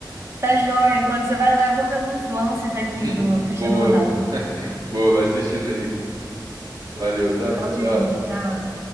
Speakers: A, on the right; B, on the right.
A: tá joia, enquanto você vai lá, eu vou vendo uns lances aqui
B: <laughs>
A: do Cristiano
B: Boa,
A: Ronaldo.
B: boa, vai assistindo aí. Valeu, tá?
A: Sozinho,
B: Tchau.
A: tchau.